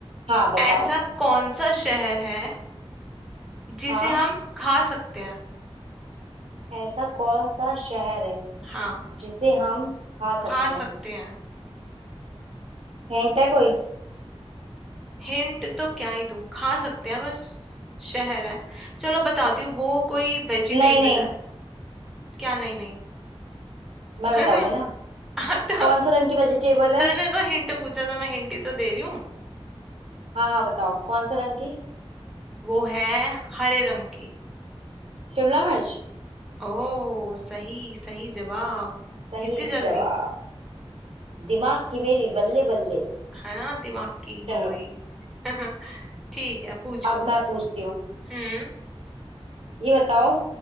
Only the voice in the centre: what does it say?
ऐसा कौन सा शहर है जिसे
हम खा सकते हैं
हाँ
खा
सकते हैं
हिंट तो क्या ही दूं खा सकते हैं बस शहर है चलो बताती हूँ वो कोई वेजिटेबल
है क्या नहीं नहीं
<laughs>
हाँ, तो
तूने तो हिंट पूछा था मैं हिंट ही तो दे रही हूँ
वो है हरे रंग की
ओ सही सही जवाब
इतनी जल्दी
है ना दिमाग की
हो गई <laughs> ठीक है पूछो
हम्म